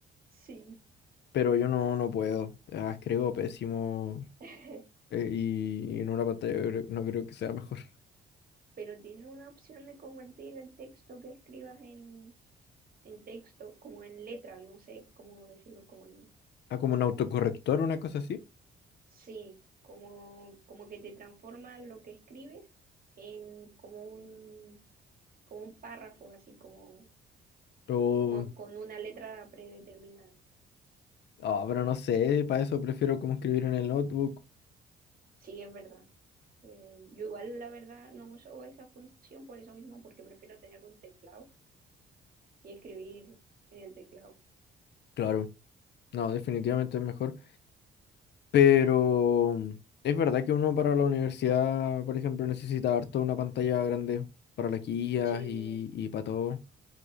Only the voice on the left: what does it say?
Pero yo no, no puedo, ah, escribo pésimo
eh, y y en una pantalla yo creo- no creo que sea mejor.
Ah, como un autocorrector, una cosa así.
O
Ah, pero no sé, para eso prefiero como escribir en el notebook.
Claro, no, definitivamente es mejor. Pero mm, es verdad que uno para la universidad, por ejemplo, necesita harto una pantalla grande para las guías
y, y para todo.